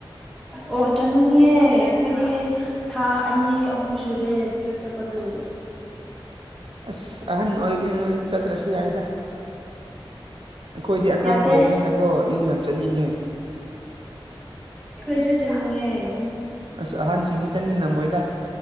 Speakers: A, in the centre; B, on the right.
A: ꯑꯣ ꯆꯪꯅꯤꯡꯉ‌ꯦ ꯑꯩꯈꯣꯏꯗꯤ ꯊꯥ ꯑꯅꯤ ꯑꯍꯨꯝ ꯁꯨꯔꯦ ꯆꯠꯇꯄꯗꯨ
B: ꯑꯁ ꯑꯍꯟ ꯑꯣꯏꯕꯅꯤ ꯅꯣꯏ ꯆꯠꯇ꯭ꯔꯁꯨ ꯌꯥꯏꯗ ꯑꯩꯈꯣꯏꯗꯤ ꯑꯉꯥꯡ
A: ꯌꯥꯗꯦ
B: ꯑꯣꯏꯕꯅꯤꯅꯀꯣ ꯌꯨꯝ ꯌꯥꯝ ꯆꯠꯅꯤꯡꯉꯦ
A: ꯈꯣꯏꯁꯨ ꯆꯠꯅꯤꯡꯉ‌ꯦ
B: ꯑꯁ ꯑꯍꯟꯁꯤꯡꯅꯤ ꯆꯠꯅꯤꯡꯉꯝꯃꯣꯏꯗ